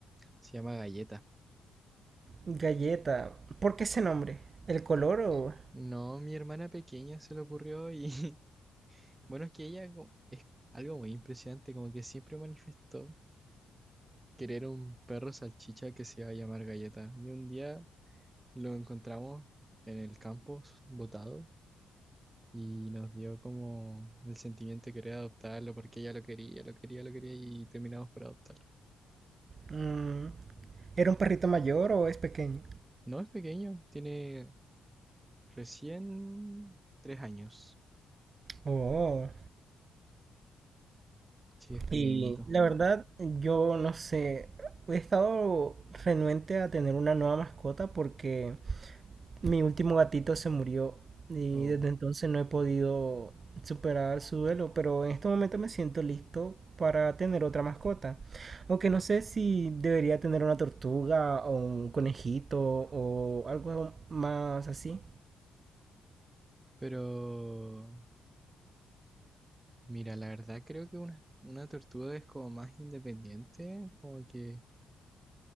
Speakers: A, on the right (about 25°); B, on the right (about 45°).
A: se llama Galleta.
B: Galleta. ¿Por qué ese nombre? ¿El color o...?
A: No, mi hermana pequeña se le ocurrió y <laughs> bueno, es que ella co- es algo muy impresionante, como que siempre manifestó querer un perro salchicha que se iba a llamar Galleta. Y un día lo encontramos en el campus, botado, y nos dio como el sentimiento de querer adoptarlo porque ella lo quería, lo quería, lo quería y terminamos por adoptarlo.
B: mm, ¿Era un perrito mayor o es pequeño?
A: No es pequeño, tiene recién tres años,
B: Oh.
A: así que es pequeñito.
B: Y la verdad, yo no sé. He estado renuente a tener una nueva mascota porque Mi último gatito se murió y
A: Oh,
B: desde entonces no he podido superar su duelo, pero en este momento me siento listo para tener otra mascota. Aunque no sé si debería tener una tortuga o un conejito o algo más así.
A: pero mira, la verdad creo que una, una tortuga es como más independiente, como que